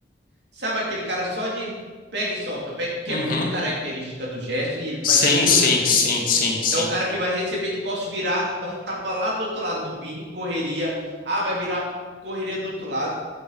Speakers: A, on the right; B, on the left.
A: Sabe aquele cara só de pega e solta, pega- que
B: Uhum.
A: é muito característica do gesto e ele faz
B: Sim,
A: muito
B: sim,
A: bem
B: sim,
A: isso.
B: sim, sim.
A: É o cara que vai receber de costas, virar, dar um tapa lá do outro lado no Vini, correria. Ah, vai virar correria do outro lado.